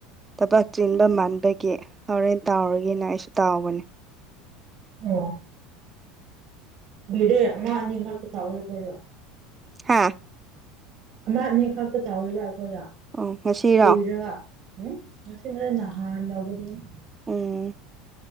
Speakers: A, on the right (about 20°); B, on the right (about 55°).
A: ꯊꯕꯛ ꯆꯦꯟꯕ ꯃꯥꯟꯕꯒꯤ ꯍꯣꯔꯦꯟ ꯇꯥꯎꯔꯒꯤꯅ ꯑꯩꯁꯨ ꯇꯥꯎꯕꯅꯦ
B: ꯑꯣ ꯀꯨꯢꯔꯦ ꯑꯃ ꯑꯅꯤꯈꯛꯇ ꯇꯧꯋꯦ ꯃꯣꯢꯗꯣ
A: ꯍꯥꯥ
B: ꯑꯃ ꯑꯅꯤ ꯈꯛꯇ ꯇꯧꯔꯤꯕ ꯑꯩꯈꯣꯏꯗ
A: ꯑꯣ ꯉꯁꯤꯔꯣ
B: ꯀꯨꯏꯔꯒ ꯎꯝ ꯉꯁꯤ ꯅꯍꯥꯟ ꯇꯥꯎꯕꯗꯨꯅꯤ
A: ꯎꯝ